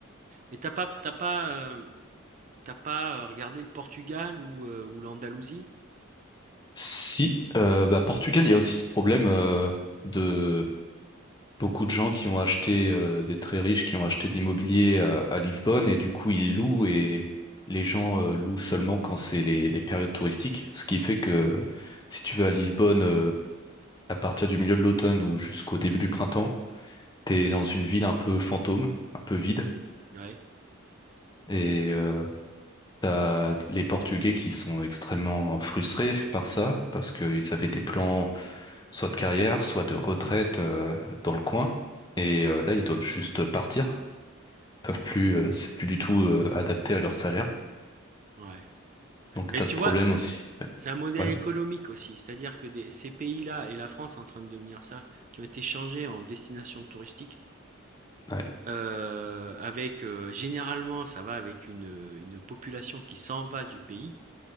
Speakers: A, on the right (about 35°); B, on the left (about 20°).
A: mais t'as pas, t'as pas, euh, t'as pas euh, regardé le Portugal ou, euh, ou l'Andalousie?
B: Si, euh, bah, Portugal, il y a aussi ce problème euh, de beaucoup de gens qui ont acheté, euh, des très riches qui ont acheté de l'immobilier à, à Lisbonne et du coup ils louent et les gens euh, louent seulement quand c'est les, les périodes touristiques. Ce qui fait que si tu vas à Lisbonne euh, à partir du milieu de l'automne ou jusqu'au début du printemps, t'es dans une ville un peu fantôme, un peu vide,
A: Ouais,
B: et euh, t'as les Portugais qui sont extrêmement frustrés par ça, parce qu'ils avaient des plans soit de carrière, soit de retraite euh, dans le coin, et euh, là ils doivent juste partir, peuvent plus, euh, c'est plus du tout euh, adapté à leur salaire,
A: ouais.
B: donc
A: Mais
B: t'as
A: tu
B: ce problème
A: vois,
B: aussi. Ouais,
A: C'est un modèle
B: ouais,
A: économique aussi, c'est-à-dire que des- ces pays-là, et la France est en train de devenir ça, qui ont été changés en destination touristique,
B: ouais,
A: euh, avec euh, généralement ça va avec une, une population qui s'en va du pays,